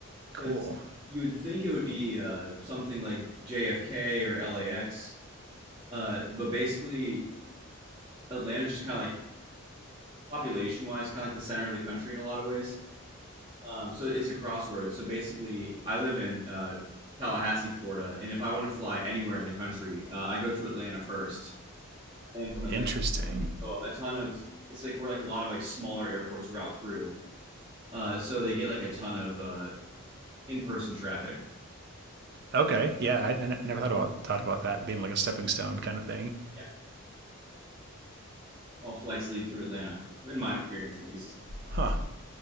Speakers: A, on the right; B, on the right.
A: Cool.
B: because you would think it would be uh, something like JFK or LAX, uh, but basically Atlanta's just kind of like population-wise, kind of like the center of the country in a lot of ways. Um, so it's a crossword. So basically, I live in uh, Tallahassee, Florida, and if I want to fly anywhere in the country, uh, I go to Atlanta first, and from Atlanta
A: Interesting.
B: somewhere. So a ton of it's like where like a lot of like smaller airports route through, Uh, so they get like a ton of uh, in-person traffic.
A: Okay. Yeah, I I never thought about thought about that being like a stepping stone kind of thing.
B: Yeah, all flights lead through Atlanta, in my experience at least.
A: Huh.